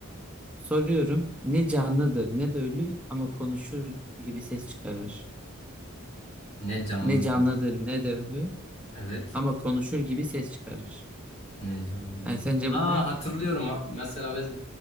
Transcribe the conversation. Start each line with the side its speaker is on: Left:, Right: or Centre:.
Centre: Soruyorum. Ne canlıdır ne de ölü ama konuşur gibi ses çıkarır.
Left: Ne canlıdır?
Centre: Ne canlıdır ne de ölü
Left: Evet.
Centre: ama konuşur gibi ses çıkarır.
Left: Ne canlıdır?
Centre: Yani sence
Left: Aa
Centre: bu ne?
Left: hatırlıyorum. Ha- Mesela biz